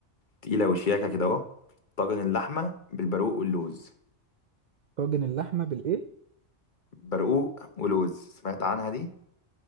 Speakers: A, on the left (about 45°); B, on the right (about 75°).
A: تقيله وشياكه كده اهو طاجن اللحمه بالبرقوق واللوز
B: طاجن اللحمه بالايه
A: برقوق ولوز سمعت عنها دي